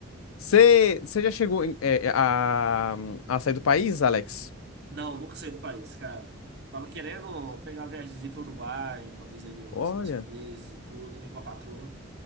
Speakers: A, on the left; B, on the right.
A: Você já chegou em- é, é, a, a sair do país, Alex?
B: Não, nunca saí do país, cara. Tava querendo pegar uma viagemzinha pro Uruguai, talvez aí no-
A: Olha.
B: nos próximos meses e tudo, ir com a patroa.